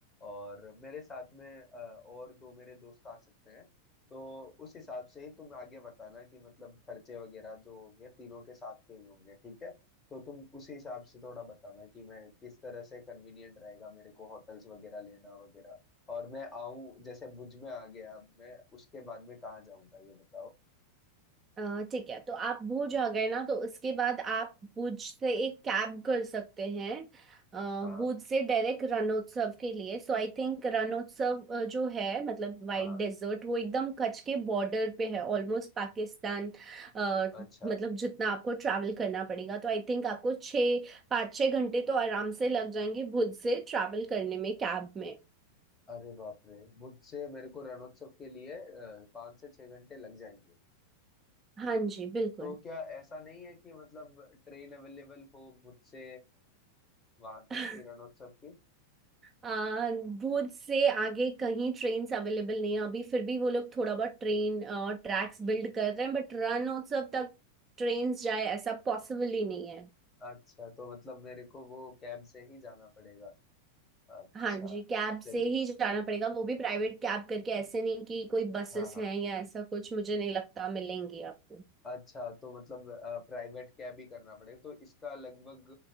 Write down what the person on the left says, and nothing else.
और मेरे साथ में अ, और दो मेरे दोस्त आ सकते हैं तो उस हिसाब से ही तुम आगे बताना कि मतलब खर्चे वगैरह जो होंगे तीनों के साथ के ही होंगे ठीक है तो तुम उसी हिसाब से थोड़ा बताना कि मैं किस तरह से कन्वीनियंट रहेगा मेरे को होटल्स वगैरह लेना वगैरह और मैं आऊं जैसे भुज में आ गया अब मैं उसके बाद में कहाँ जाऊंगा ये बताओ
हाँ
हाँ
अच्छा
अरे बाप रे मुझसे मेरे को रणोत्सव के लिए अ, पाँच से छह घंटे लग जाएंगे
तो क्या ऐसा नहीं है कि मतलब ट्रेन अवेलेबल हो मुझसे वहां तक
की रणोत्सव की
अच्छा तो मतलब मेरे को वो कैब से ही जाना पड़ेगा अच्छा
चलिए
हाँ हाँ
अच्छा तो मतलब प्राइवेट कैब ही करना पड़ेगा तो इसका लगभग